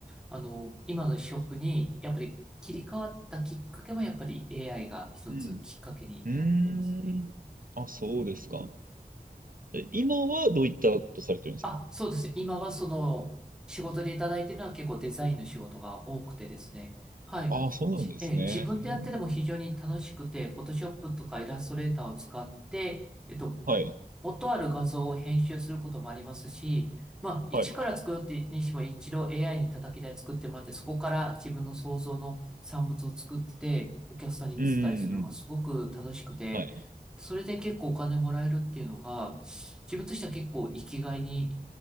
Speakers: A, in the centre; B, on the right (about 60°).
A: あの、今の職に、やっぱり切り替わったきっかけも、やっぱり AI が一つきっかけになってますね。
B: うん。うーん。あ、そうですか。え、今はどういったことされてるんですか
A: あ、そうですね。今はその、仕事でいただいてるのは結構デザインの仕事が多くてですね。はい。
B: ああ、そうなんですね。
A: じ、えー自分でやってても非常に楽しくて、
B: うん
A: フォトショップとかイラストレーターを使って、えっと、
B: はい、
A: 元ある画像を編集することもありますし、まあ、一から作るってにしても一度
B: はい。
A: AI に叩き台作ってもらって、そこから自分の想像の産物を作って、お客さんに見せたりするのがすごく楽しくて、
B: うん、うん、うん。はい
A: それで結構お金もらえるっていうのが、自分としては結構生きがいに